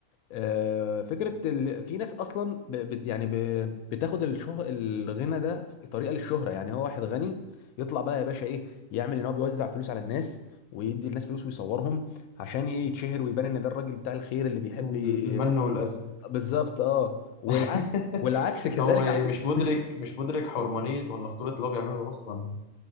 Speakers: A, on the left (about 85°); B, on the left (about 50°).
A: آه، فكرة ال... في ناس أصلا ب... بت... يعني ب... بتاخد الشه... الغنى ده في طريقة للشهرة يعني هو واحد غني يطلع بقى يا باشا إيه يعمل إن هو بيوزع فلوس على الناس ويدي الناس فلوس ويصورهم عشان إيه يتشهر ويبان إن ده الراجل بتاع الخير اللي بيحب
B: المن
A: ي-
B: والأذى
A: بالظبط أه والعكس
B: <laughs>
A: والعكس <laughs> كذلك
B: هو ما-
A: على
B: مش
A: فكرة
B: مدرك مش مدرك حرمانية ولا خطورة اللي هو بيعمله أصلا